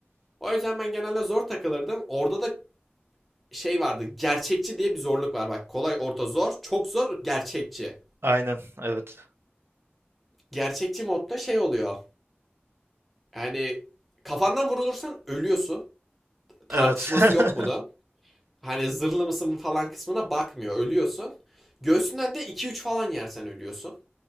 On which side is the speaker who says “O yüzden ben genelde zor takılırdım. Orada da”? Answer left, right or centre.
Centre